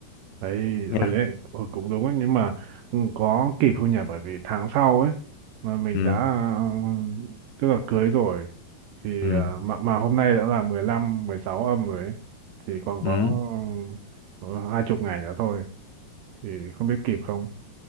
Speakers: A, on the right; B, on the left.
A: Đấy,
B: nhá
A: ừ đấy, ừ, cũng đúng ấy, nhưng mà ừ, có kịp không nhỉ? Bởi vì tháng sau ấy mà mình
B: ừ
A: đã ừ, tức là cưới rồi thì
B: ừ
A: à, mà mà hôm nay đã là 15 16 âm rồi ấy. thì còn
B: ừ
A: có ờ, hai chục ngày nữa thôi thì không biết kịp không